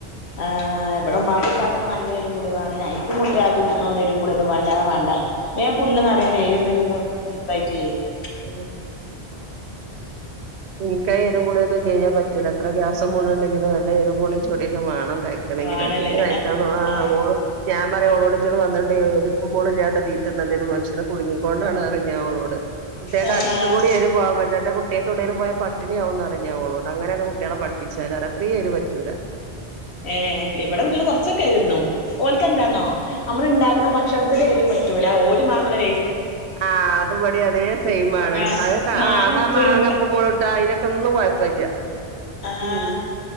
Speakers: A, on the left; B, on the right.
A: ആഹ് ഇവിടെ ഉമ്മ കുക്കാക്കൊക്കെ നല്ലരുപൊളി വേണം എിക്കും കുട്ടിയാക്കും എരുമ്പുളി വേണ്ട വല്ലാതെ വണ്ട വേമ്പുണ് അറിയാന എന്ത <unintelligible>
B: ആ എനിക്ക എരുമ്പുള്ളി ഇലഞാ പറ്റില പറ്റൂല എത്ര ഗ്യാസും പുണ്ണുണ്ടെങ്കില നല്ല എരുമ്പുളി ചടിയൊക്കെ വേണം. കഴിക്കണെങ്കിൽല്ല
A: വാണല്ലേ
B: കഴ <unintelligible>
A: ആഹ്
B: <unintelligible> മോള ഇല്ലാത്ത തീറ്റന്ന ഒരു മനഷ്യന് കുടുങ്ങി അൊണ്ടാണ്റിഞ്ഞ അവളോട് കുട്ടികക്ക്
A: ആഹ്
B: അടുത്ത കൂടി എരു പോകാൻ പറ്റില്ല കുട്ടികക്ക് എവിടെയെങ്കിലും പോയാൽ പ പട്ടണിയവും ന്ന് അവളോട് അങ്ങനെയൊക്കെ കുട്ടികളെ പഠിപ്പിച്ചാൽ അത്രയും എരുപറ്റൂല
A: ഏർ ഇവിടെ കുട്ടികള് കൊറച്ചൊ എരു തിന്നും ഓല് ക് എന്താന്നോ നമ്മള ഉണ്ടാക്കുന്ന ഭക്ഷണത്തിൽ എരു പറ്റൂല ഓ മാങ്ങൈ
B: ആ് അത്പടി അതേ സെയിം മാണ്
A: ആഹ്
B: അത
A: മാങ്ങ
B: അതാ
A: ഉപ്പൊരു
B: മാങ്ങ ഇപ്പും മുളക് അതിനൊക്കെ കുഴപ്പമില്ല
A: ആഹ്
B: ഉം